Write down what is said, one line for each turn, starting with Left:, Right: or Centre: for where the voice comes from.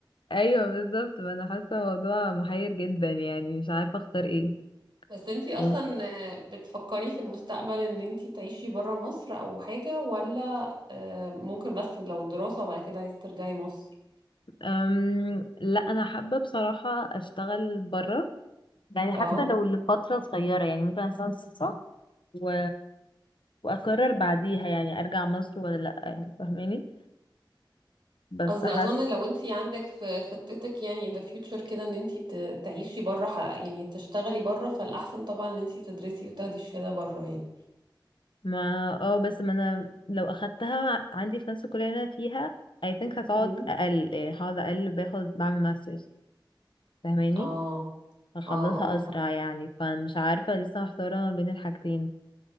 Left: ايوه بالظبط ما انا حاسه الموضوع محير جدا يعني مش عارفه اختار ايه
Right: بس انتي
Left: و...
Right: اصلا آه، بتفكري في المستقبل ان انتي تعيشي برا مصر او حاجة ولا آه، ممكن بس لو دراسة وبعد كده عايزة ترجعي مصر
Left: أم... لا انا حابه بصراحه اشتغل بره يعني
Right: اه
Left: حتى لو لفترة صغيرة يعني ممكن أشتغل فترة و... وأقرر بعديها يعني أرجع مصر ولا لأ فاهماني بس
Right: قصدي
Left: حاسة
Right: اظن لو انتي عندك في خطتك يعني in the future كده ان انتي ت- تعيشي برا ح- يعني تشتغلي برا فالاحسن طبعا ان انتي تدرسي وتاخدي شهادة برا يعني
Left: ما اه بس ما أنا لو أخدتها عندي في نفس الكلية اللي أنا فيها I think هتقعد
Right: امم
Left: أقل يعني هقعد أقل باخد بعمل ماسترز فاهماني
Right: اه
Left: هخلصها
Right: اه اه
Left: أسرع يعني فمش عارفة لسه محتارة ما بين الحاجتين